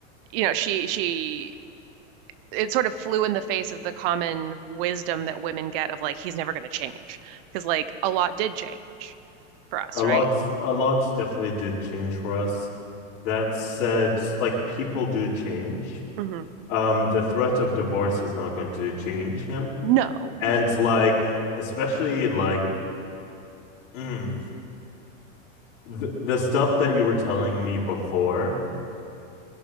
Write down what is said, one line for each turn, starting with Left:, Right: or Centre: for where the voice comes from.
Right: you know she she it sort of flew in the face of the common wisdom that women get of like he's never going to change because like a lot did change for us
Left: a
Right: right
Left: lot, a lot definitely did change for us. That said, like people do change
Right: hmm
Left: um the threat of divorce is not going to change him
Right: no
Left: and like especially like mm, the, the stuff that you were telling me before